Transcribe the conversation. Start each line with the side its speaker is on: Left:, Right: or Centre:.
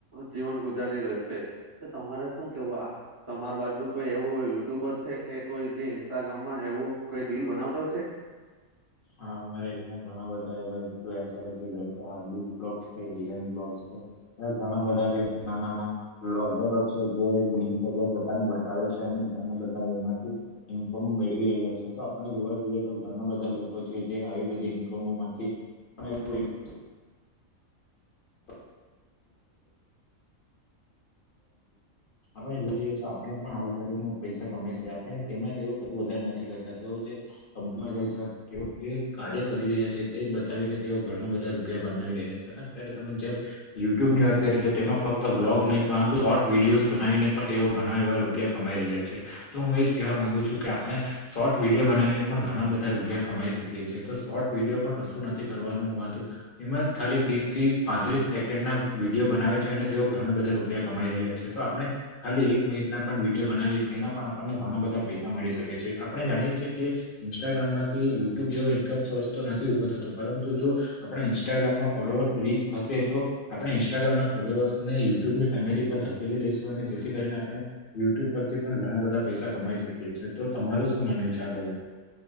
Right: જીવન ગુજારી રહ્યો છે. તો તમારે શું કેવું આ તમાર બાજુ કોઈ એવું યુટ્યુબર છે, કે કોઈ જે ઇન્સ્ટાગ્રામમાં એવું કોઈ રીલ બનાવતો છે?
Left: હા અમારે અહિયાં ઘણા બધા એવા ઇન્ફ્લુએન્સરો જેમ કે <unintelligible> છે, હિરેન બ્લોગ્સ છે ને ઘણા બધા છે નાનાના વ્લોગરો છે જે દિનચર્યા પોતાની બતાવે છે, અને <unintelligible> બતાવે એમાંથી ઈન્કમો મેળવી રહ્યા છે. તો આપણે જોવા જઈએ તો ઘણા બધા લોકો જે આવી બધી ઇન્કમો માંથી <unintelligible> <inaudible> આપણે જો જઈએ તો આપણે પણ આવું કરીને પૈસા કમાઈ શકીએ. આપણે તેમાં તેવું કરવું વધારે નથી કરતા, તેઓ જે કંપનીઓ જાય છે, તેઓ જે કાર્ય કરી રહ્યા છે, તેજ બતાવીને તેઓ ઘણા બધા રૂપિયા બનાવી રહ્યા છે. અને અત્યારે તમે જેમ, યુટ્યુબ ની વાત કરી તો તેમાં ફક્ત વ્લોગ નહીં પરંતુ શોર્ટ વિડીયોઝ બનાવીને પણ તેઓ ઘણા એવા રૂપિયા કમાઈ રહ્યા છે. તો હું એજ કહેવા માંગુ છું કે આપણે શોર્ટ વિડીયો બનાવીને પણ ઘણા બધા રૂપિયા કમાઈ શકીએ છીએ. તો શોર્ટ વિડીયોમાં કશું નથી કરવાનું હોવાતું એમાં ખાલી ત્રીસ થી. પાંત્રીસ સેકન્ડના વિડીયો બનાવે છે અને તેઓ ઘણા બધા રૂપિયા કમાઈ રહ્યા છે તો આપણે ખાલી એક મિનિટ ના પણ વિડીયો બનાવી તેના પણ આપણને ઘણા બધા પૈસા મળી શકે છે આપણે જાણીએ છીએ કે ઇંસ્ટાગ્રામ માં યુટ્યુબ જેવો ઇન્કમ સોર્સ તો નથી ઉઊભો થતો પરંતુ જો આપણા ઇન્સ્ટાગ્રામમાં ફોલોવર્સ રીચ થશે તો આપણે ઇન્સ્ટાગ્રામના ફોલોઅર્સ ને યુટ્યુબની ફેમિલી પર ધકેલી દેશું અને જેથી કરીને આપણે યુટ્યુબ પરથી પણ ઘણા બધા પૈસા કમાઈ શકીએ છીએ તો તમારું શું માનવું છે આ બાબત